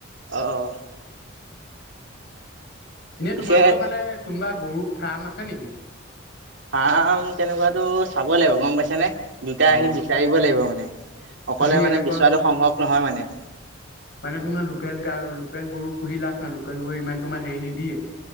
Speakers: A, on the right (about 65°); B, on the left (about 55°).
A: অ'
B: এনেই
A: পিছে
B: তোমালোকৰ ফালে কোনোবা গৰু ফাৰ্ম আছে নিকি?
A: ফাৰ্ম তেনেকুৱাতো চাব লাগিব গম পাইছা নে দুটা
B: অ',
A: আহি বিচাৰিব লাগিব মানে। অকলে
B: যদি এনেকুৱা
A: মানে বিচৰাটো সম্ভৱ নহয় মানে।
B: মানে তোমাৰ লোকেল গা লোকেল গৰু পুহি লাভ নাই লোকেল গৰু ইমান তোমাৰ হেৰি নিদিয়ে